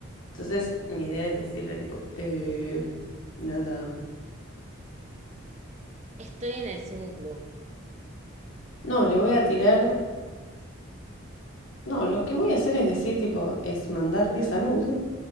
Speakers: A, on the left (about 75°); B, on the right (about 30°).
A: Entonces, mi idea es decirle tipo, eh, nada.
B: Estoy en el cine club.
A: No, le voy a tirar, no, lo que voy a hacer es decir tipo, es mandarle esa nud